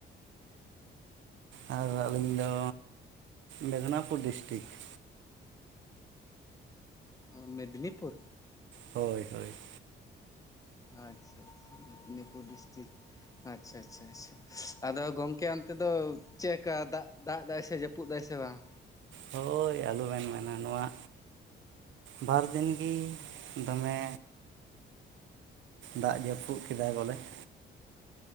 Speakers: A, on the right; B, on the left.
A: ᱚᱸᱻᱟᱨ
B: ᱦᱮᱸ
A: ᱟᱹᱞᱤᱧ ᱫᱚ, ᱢᱮᱫᱽᱱᱟᱯᱩᱨ ᱰᱤᱥᱴᱨᱤᱠ ᱾
B: ᱳ ᱢᱤᱫᱽᱱᱤᱯᱩᱨ,
A: ᱦᱳᱭ ᱦᱳᱭ ᱾
B: ᱟᱪᱪᱷᱟ ᱟᱪᱪᱷᱟ ᱢᱤᱫᱽᱱᱤᱯᱩᱨ ᱰᱤᱥᱴᱤᱠ ᱟᱪᱪᱷᱟ ᱟᱪᱪᱷᱟ ᱟᱪᱪᱷᱟ ᱾ ᱟᱫᱚ ᱜᱚᱝᱠᱮ ᱚᱱᱛᱮ ᱫᱚ ᱪᱮᱜᱠᱟ ᱫᱟᱜ ᱫᱟᱜ ᱫᱟᱭ ᱥᱮ ᱡᱟᱹᱯᱩᱫ ᱫᱟᱭ ᱥᱮ ᱵᱟᱝ?
A: ᱦᱳᱭ ᱟᱞᱩᱵᱮᱱ ᱢᱮᱱᱟ ᱱᱚᱣᱟ ᱵᱟᱨ ᱫᱤᱱ ᱜᱤ ᱫᱚᱢᱮ ᱫᱟᱜ ᱡᱟᱹᱯᱩᱫ ᱠᱮᱫᱟᱭ ᱵᱚᱞᱮ ᱾